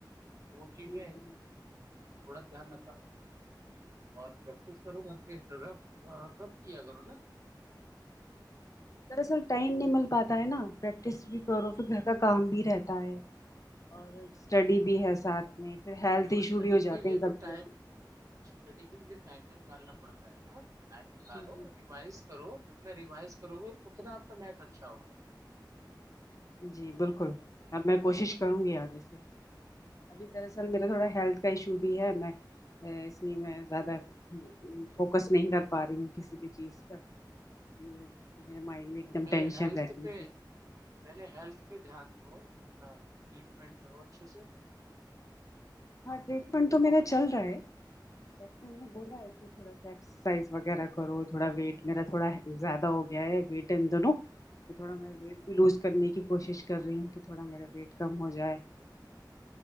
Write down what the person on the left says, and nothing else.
<unintelligible>
دراصل ٹائم نہیں مل پاتا ہے نا پریکٹس بھی کرو پھر گھر کا کام بھی رہتا ہے اور اسٹڈی بھی ہے ساتھ میں پھر ہیلتھ
ایشو
بھی ہو جاتے
ہیں کبھی
کبھی
جی
جی بالکل اب میں کوشش کروں گی آگے سے ابھی دراصل میرا تھوڑا ہیلتھ کا ایشو بھی ہے میں اس لیے میں زیادہ فوکس نہیں کر پا رہی ہوں کسی بھی چیز پر میرے مائنڈ میں ایک دم
ٹینشن
رہتی
ہے پھر
ہاں ٹریٹمنٹ تو میرا چل رہا ہے ڈاکٹر نے بولا ہے تھوڑا سا ایکسرسائز وغیرہ کرو تھوڑا ویٹ میرا تھوڑا زیادہ ہو گیا ہے وٹ ا دونوں تھوڑا ویٹ بھی لوز کرنے کی کوشش کر رہی ہوں کہ تھوڑا میرا ویٹ کم ہو جائے